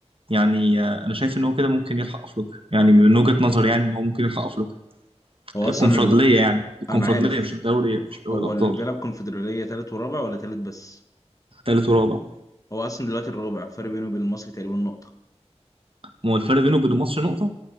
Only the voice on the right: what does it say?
يعني آه، انا شايف ان هو كده ممكن يلحق افريقيا يعني من وجهه نظري يعني ان هو ممكن يلحق افريقيا
الكونفدراليه
يعني الكونفدراليه
مش الدوري مش دوري
الابطال
ثالث ورابع
ما هو الفرق بينه وبين الماتش نقطه